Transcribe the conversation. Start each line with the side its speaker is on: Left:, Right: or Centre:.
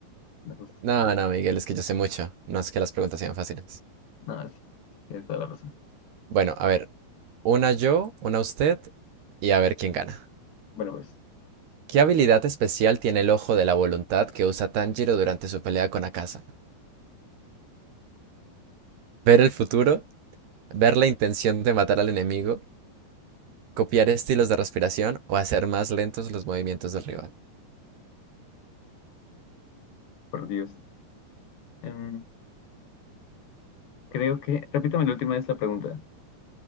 Left: No, justo.
Right: No, no, Miguel, es que yo sé mucho. No es que las preguntas sean fáciles.
Left: No, sí. Tienes toda la razón.
Right: Bueno, a ver. Una yo, una usted y a ver quién gana.
Left: Bueno, pues.
Right: ¿Qué habilidad especial tiene el ojo de la voluntad que usa Tanjiro durante su pelea con Akaza? ¿Ver el futuro? ¿Ver la intención de matar al enemigo? ¿Copiar estilos de respiración o hacer más lentos los movimientos del rival?
Left: Por Dios. Em, creo que. Repítame la última vez la pregunta.